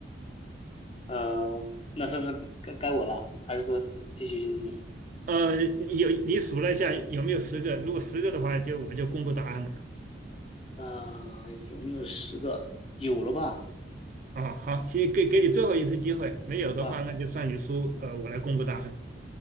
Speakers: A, on the left; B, on the right.
A: 呃，那是不是该该我了？还是说是继续就是你？
B: 呃，你有你数了一下有没有十个？如果十个的话，就我就公布答案了。
A: 呃，有没有十个？有了吧？
B: 啊，好，行，给给你最后一次机会，没有的话，
A: 啊，
B: 那就算你输，呃，我来公布答案。